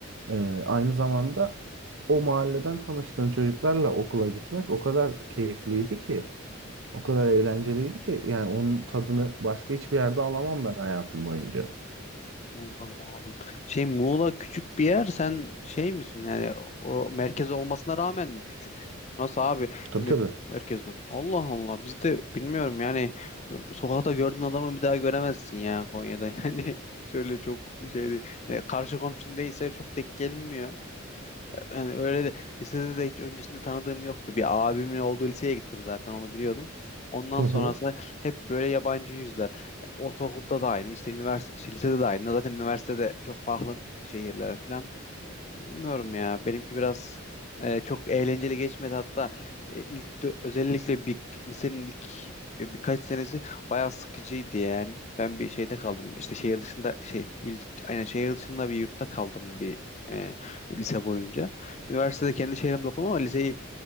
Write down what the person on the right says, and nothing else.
Ee, aynı zamanda o mahalleden tanıştığın çocuklarla okula gitmek o kadar keyifliydi ki. O kadar eğlenceliydi ki yani onun tadını başka hiçbir yerde alamam ben hayatım boyunca.
Tabii
tabii.
Hı hı